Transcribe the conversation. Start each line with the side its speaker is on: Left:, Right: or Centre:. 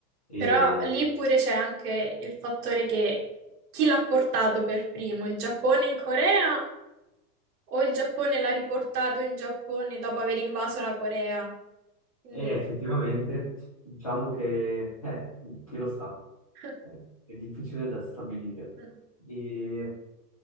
Left: E,
Right: Però lì pure c'è anche il fattore che chi l'ha portato per primo, il Giappone in Corea o il Giappone l'ha riportato in Giappone dopo aver invaso la Corea? Quindi,
Left: E effettivamente, diciamo che, eh, chi lo sa,
Right: <laughs>
Left: eh, è difficile da stabilire.
Right: mm.
Left: E